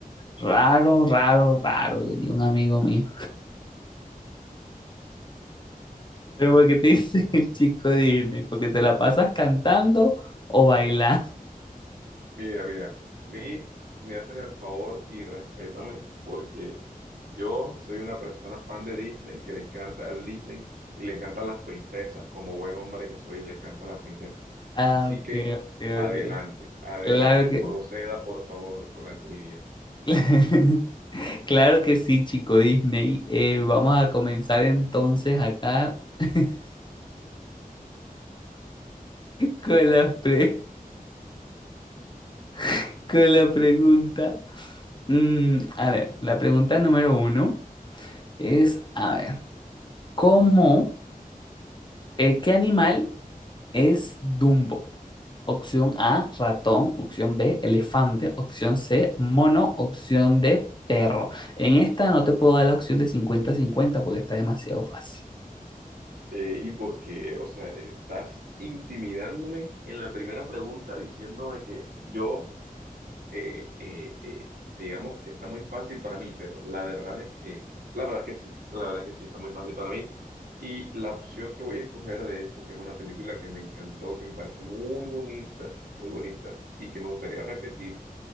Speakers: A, on the left; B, on the right.
A: Raro, raro, raro, diría un amigo mío. Pero ¿por qué te dice <laughs> el chico Disney? ¿Porque te la pasas cantando o bailando?
B: Mira, mira, mi- me haces el favor y respétame, porque yo soy una persona fan de Disney que le encanta el Disney y le encantan las princesas. Como buen hombre que soy, le encanta las princesas.
A: Ah,
B: Así
A: ok,
B: que
A: ok,
B: adelante,
A: ok.
B: adelante,
A: Claro que,
B: proceda por favor con la trivia.
A: <laughs> claro que sí, chico Disney. Eh, vamos a comenzar entonces acá <laughs> con la pre- <laughs> con la pregunta. Mm, a ver, la pregunta número uno es, a ver, ¿cómo, eh, qué animal es Dumbo? Opción A, ratón, opción B, elefante, opción C, mono, opción D, perro. En esta no te puedo dar la opción de cincuenta-cincuenta porque está demasiado fácil.
B: Eh, y porque, o sea, estás intimidándome en la primera pregunta diciéndome que yo, eh, eh, eh, digamos que está muy fácil para mí, pero la verdad es que, la verdad es que sí, la verdad es que sí, está muy fácil para mí. Y la opción que voy a escoger, de hecho, que es una película que me encantó, que me parece muy bonita, muy bonita, y que me gustaría repetir,